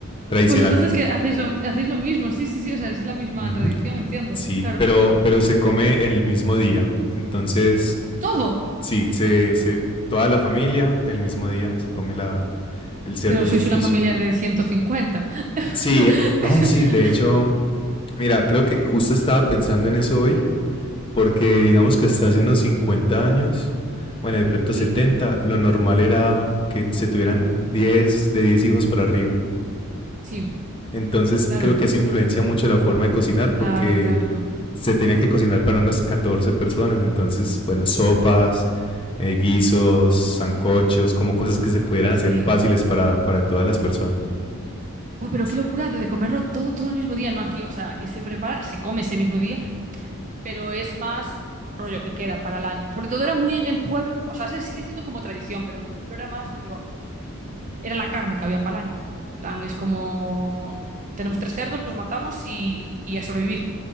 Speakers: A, on the left (about 25°); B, on the right (about 35°).
A: tradicional.
B: Pues entonces que hacéis lo, hacéis lo mismo, sí, sí, sí, o sea, es la misma
A: Ujú,
B: tradición, entiendo,
A: sí,
B: claro.
A: pero, pero se come el mismo día, entonces
B: Todo,
A: Sí, se, se, toda la familia el mismo día se come la, el cerdo,
B: pero sois
A: incluso.
B: una familia de 150 <laughs>
A: Sí, no, sí, de hecho, mira, creo que justo estaba pensando en eso hoy, porque digamos que hasta hace unos 50 años, bueno, de pronto
B: Sí,
A: 70 lo normal era que se tuvieran 10 de 10 hijos para arriba.
B: sí,
A: Entonces,
B: claro,
A: creo que eso influencia mucho la forma de cocinar, porque
B: claro, claro,
A: se tenía que cocinar para unas 14 personas, entonces, bueno, sopas, eh, guisos, sancochos, como cosas que se pudieran
B: sí.
A: hacer fáciles para, para todas las personas.
B: Buah, pero
A: Sí.
B: qué locura de comerlo todo, todo el mismo día, no aquí, o sea, aquí se prepara, se come ese mismo día, pero es más rollo que queda para el año. Sobre todo era muy en el pueblo, o sea, se sigue siendo como tradición, pero en el pueblo era más rollo Era la carne que había para el año. Plan, es como, tenemos tres cerdos, los matamos y, y a sobrevivir